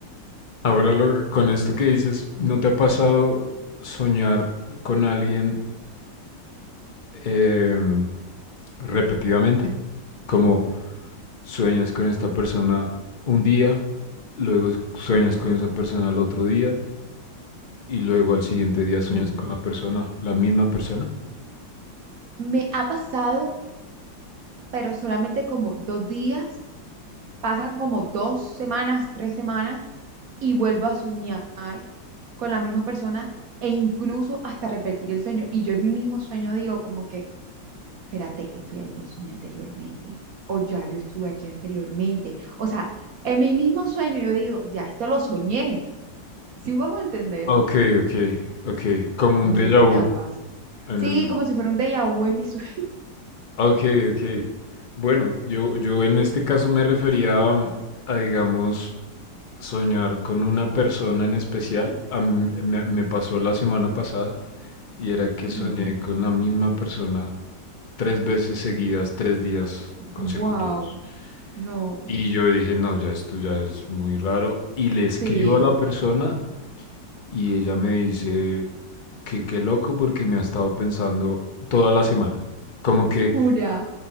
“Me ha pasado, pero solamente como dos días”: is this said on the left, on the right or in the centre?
Right